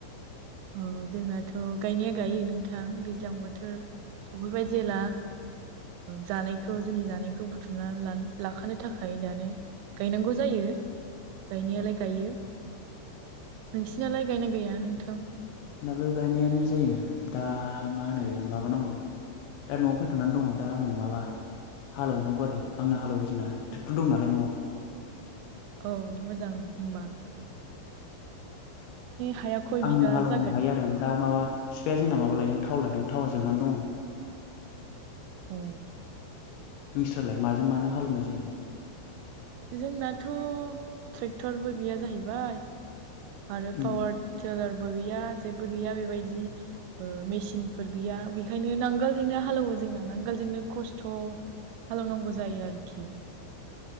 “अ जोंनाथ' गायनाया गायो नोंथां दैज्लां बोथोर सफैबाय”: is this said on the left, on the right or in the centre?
Right